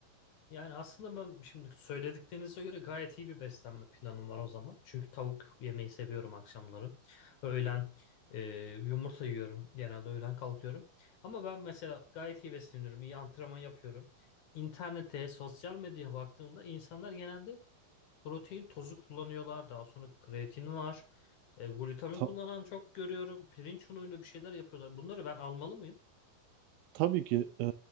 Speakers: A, on the left (about 60°); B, on the right (about 80°).
A: Yani aslında ben şimdi söylediklerinize göre gayet iyi bir beslenme planım var o zaman. Çünkü tavuk yemeyi seviyorum akşamları. Öğlen e, yumurta yiyorum. Genelde öğlen kalkıyorum. Ama ben mesela gayet iyi besleniyorum. iyi antrenman yapıyorum. İnternete, sosyal medyaya baktığımda insanlar genelde protein tozu kullanıyorlar. Daha sonra kreatin var. E, glutamin
B: Ta-
A: kullanan çok görüyorum. Pirinç unuyla bir şeyler yapıyorlar. Bunları ben almalı mıyım?
B: tabii ki e,